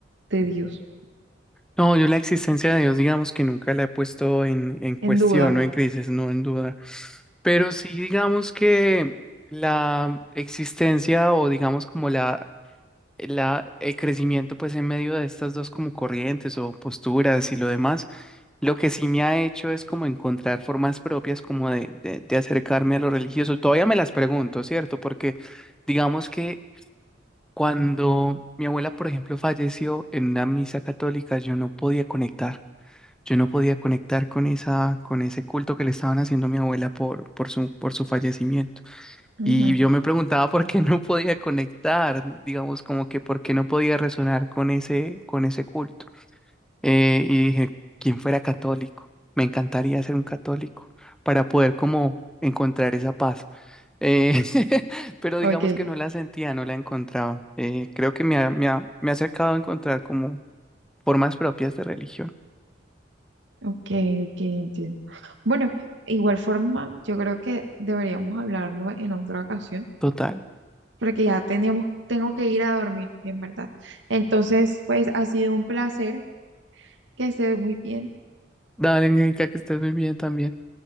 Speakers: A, on the right (about 80°); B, in the centre.
A: de Dios,
B: No, yo la existencia de Dios, digamos que nunca la he puesto en, en cuestión
A: en duda.
B: o en crisis, no en duda. Pero sí, digamos que la existencia o digamos como la, la, el crecimiento pues en medio de estas dos como corrientes o posturas y lo demás, lo que sí me ha hecho es como encontrar formas propias como de, de, de acercarme a lo religioso. Todavía me las pregunto, ¿cierto? Porque digamos que Cuando mi abuela, por ejemplo, falleció en una misa católica, yo no podía conectar. Yo no podía conectar con esa, con ese culto que le estaban haciendo a mi abuela por, por su, por su fallecimiento.
A: Ujú,
B: Y yo me preguntaba por qué no podía conectar, digamos, como que por qué no podía resonar con ese, con ese culto. Eh, y dije, ¿quién fuera católico? Me encantaría ser un católico para poder como encontrar esa paz. Eh, <laughs> pero digamos
A: Ok,
B: que no la sentía, no la encontraba. Eh, creo que me ha, me ha- me ha acercado a encontrar como formas propias de religión.
A: ok, ok, entiendo. Bueno, igual forma, yo creo que deberíamos hablarlo en otra ocasión
B: Total.
A: porque ya tenemos, tengo que ir a dormir, en verdad. Entonces, pues ha sido un placer, que estés muy bien.
B: Dale, Angélica, que estés muy bien también.